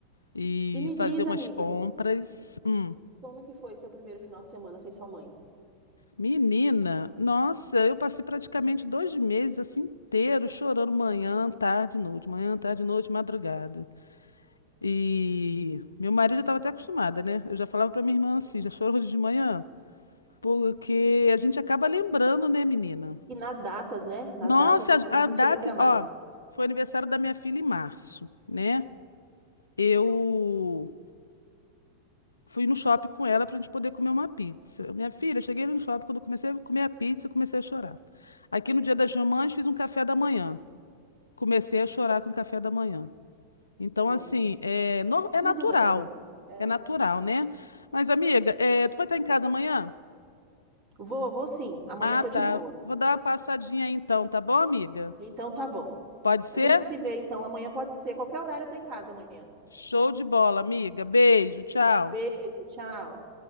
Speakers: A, on the left; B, on the right.
A: E
B: E me
A: fazer
B: diz,
A: umas
B: amiga,
A: compras. Hum.
B: como é que foi seu primeiro final de semana sem sua mãe?
A: Menina, nossa, eu passei praticamente dois meses assim inteiro chorando manhã, tarde, noite, manhã, tarde, noite, madrugada. E meu marido já estava até acostumada, né? Eu já falava pra minha irmã assim, já chorou hoje de manhã, porque a gente acaba lembrando, né, menina?
B: E nas datas, né? Nas
A: Nossa,
B: datas, assim,
A: a,
B: a gente
A: a data,
B: lembra mais.
A: ó, foi aniversário da minha filha em março, né? Eu fui no shopping com ela pra gente poder comer uma pizza. Minha filha, cheguei ali no shopping, quando eu comecei a comer a pizza, eu comecei a chorar. Aqui no Dia das Mamães fiz um café da manhã. Comecei a chorar com o café da manhã. Então,
B: É,
A: assim,
B: né?
A: é, nor- é
B: Tudo
A: natural.
B: lembra, né? É,
A: É natural, né? Mas, amiga, é, tu vai estar em casa amanhã?
B: Vou, vou sim. Amanhã
A: Ah,
B: tô
A: tá.
B: de boa.
A: Vou dar uma passadinha aí então, tá bom, amiga?
B: Então tá bom.
A: Pode ser?
B: A gente se vê, então. Amanhã pode ser. Qualquer horário eu tô em casa amanhã.
A: Show de bola, amiga. Beijo, tchau.
B: Beijo, tchau.